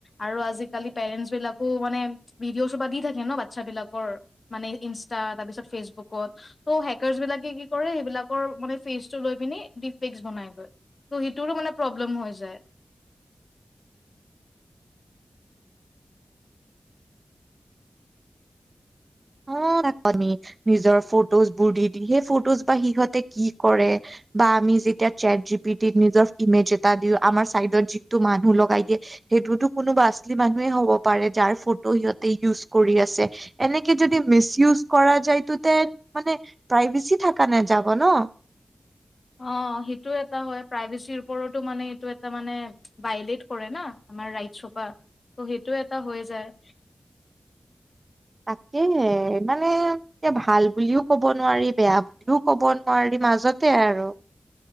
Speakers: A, on the left; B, on the right.
A: আৰু আজিকালি পেৰেণ্টছ বিলাকো মানে ভিডিঅ' দি থাকে ন বাচ্ছাবিলাকৰ মানে ইনষ্টা তাৰপিছত ফেচবুকত। ত' হেকাৰছবিলাকে কি কৰে সেইবিলাকৰ মানে ফেচটো লৈ পিনি ডিফ্লেস্ক বনাইগৈ। ত' সেইটোৰো মানে প্ৰব্লেম হৈ যায়।
B: অ', <unintelligible> নিজৰ ফটোজবোৰ দি দি সেই ফটোজ বা সিহঁতে কি কৰে। বা আমি যেতিয়া চেট জি পি টিত নিজৰ ইমেজ এটা দিওঁ আমাৰ চাইডত যিটো মানুহ লগাই দিয়ে। সেইটোতো কোনো আচলি মানুহে হ'ব পাৰে যাৰ ফটো সিহঁতে ইউজ কৰি আছে। এনেকে যদি মিচ ইউজ কৰা যায়তো তে মানে প্ৰাইভেচি থাকা নেযাব ন।
A: অ', সেইটো এটা হয় প্ৰাইভেচিৰ ওপৰতো মানে এইটো এটা মানে ভাইলেট কৰে না আমাৰ ৰাইটছ সোপা ত' সেইটো এটা হৈ যায়।
B: তাকেহে মানে এতিয়া ভাল বুলিও ক'ব নোৱাৰি বেয়া বুলিও ক'ব নোৱাৰি মাজতে আৰু।